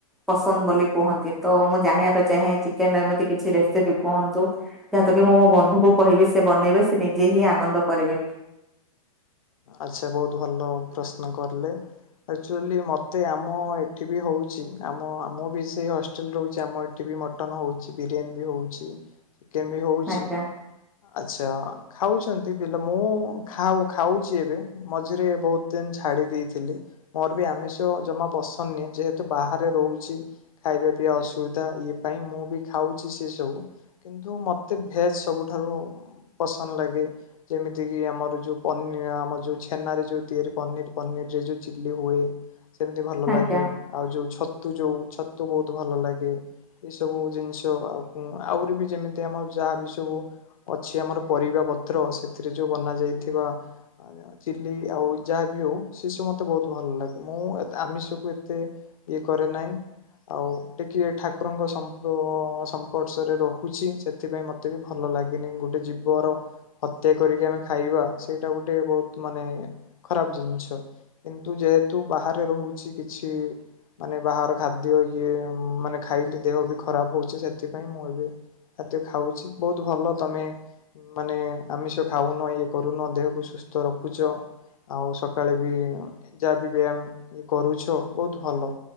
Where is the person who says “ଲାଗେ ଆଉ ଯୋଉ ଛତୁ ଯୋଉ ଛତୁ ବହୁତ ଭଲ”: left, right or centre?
Left